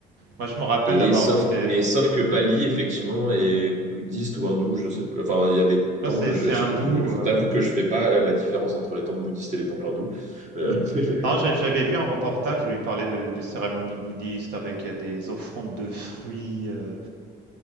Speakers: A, on the right; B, on the right.
A: Moi, je me rappelle
B: Et
A: d'avoir
B: sauf,
A: vu des
B: mais sauf que Bali, effectivement, est
A: ouais.
B: bouddhiste ou hindou, je sais plus. Enfin, il y a des
A: Tu
B: temples,
A: vois, c'est
B: je,
A: c'est
B: je,
A: hindou,
B: je- je
A: heu
B: t'avoue que je fais pas la différence entre les temples bouddhistes et les temples hindous. Euh, <laughs>
A: non, j'ai j'avais vu un reportage où il parlait de de cérémonies bouddhistes avec, heu, des offrandes de fruits, heu,